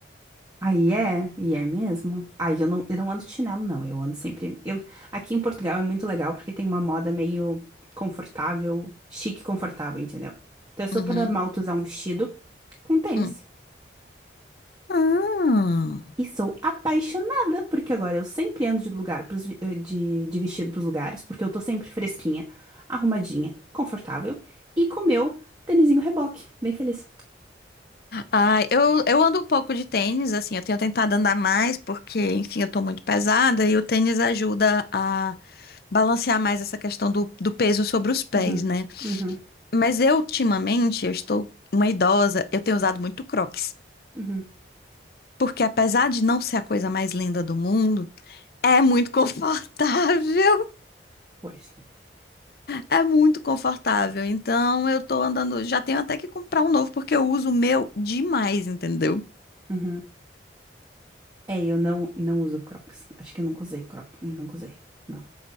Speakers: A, on the right; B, on the left.
A: Aí é, e é mesmo. Aí eu não, eu não ando de chinelo, não. Eu ando sempre. Eu, aqui em Portugal é muito legal porque tem uma moda meio confortável, chique e confortável, entendeu? Então é super
B: Uhum.
A: normal tu usar um vestido com tênis.
B: hum. Ah.
A: E sou apaixonada, porque agora eu sempre ando de lugar pros, vi- eh, de, de vestido pros lugares, porque eu tô sempre fresquinha, arrumadinha, confortável e com meu tênisinho reboque, bem feliz.
B: Ah, eu, eu ando um pouco de tênis, assim, eu tenho tentado andar mais, porque, enfim, eu tô muito pesada e o tênis ajuda a balancear mais essa questão do, do peso sobre os pés,
A: Uhum,
B: né?
A: uhum.
B: Mas eu, ultimamente, eu estou uma idosa, eu tenho usado muito Crocs,
A: Uhum.
B: porque apesar de não ser a coisa mais linda do mundo, é muito <laughs> confortável,
A: Pois.
B: é muito confortável. Então, eu tô andando, já tenho até que comprar um novo, porque eu uso o meu demais, entendeu?
A: Uhum. É, eu não, não uso Crocs. Acho que eu nunca usei Crocs. Nunca usei. Não.